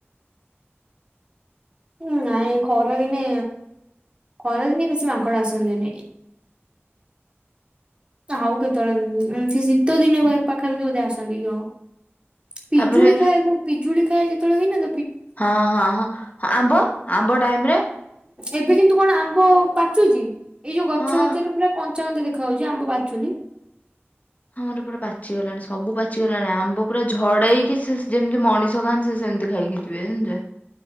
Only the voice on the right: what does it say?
ହୁଁ ନାଇଁ ଖରା ଦିନେ ଖରା ଦିନେ ବେଶି ମାଙ୍କଡ ଆସନି। ଆଉ କେତେବେଳେ ସେ ଶୀତ ଦିନେ ବା ପାଖାପଖି ବୋଧେ ଆସନ୍ତି କି କଣ। ପିଜୁଳି
ଖାଇବାକୁ ପିଜୁଳି ଖାଏ ଯେ ଶୀତ ଦିନେ।
ଏବେ କିନ୍ତୁ କଣ ଆମ୍ବ ପାଚୁଚି? ଏଇ ଯୋଉ ଗଛ
ଗଛରୁ ପୁରା କଞ୍ଚା କଞ୍ଚା ଦେଖୁ ଖାଉଛି ଆମ୍ବ ପାଚୁନି।